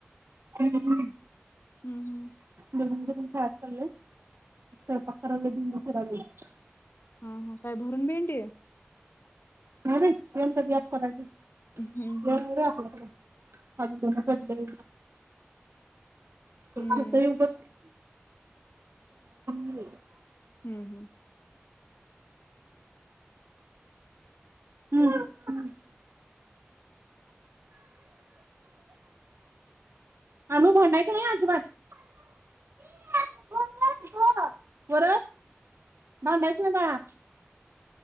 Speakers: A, on the right (about 75°); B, on the left (about 60°).
A: हम्म-हम्म
B: हम्-हम्
A: धरून धरून शाळेत चालले. स्वयंपाक करायला दिउया. <unintelligible>
B: हां-हां, काय भरून बेंडीय.
A: नाही बाई, <unintelligible> करायचं.
B: हम्म हम्म.
A: ग र आपल्याकडं. <unintelligible>
B: हम्म
A: आता एकदाच <inaudible>
B: हम्म हम्म.
A: <unintelligible> अनु भांडायचं नाही अजिबात <unintelligible> परत भांडायचं नाही बाळा.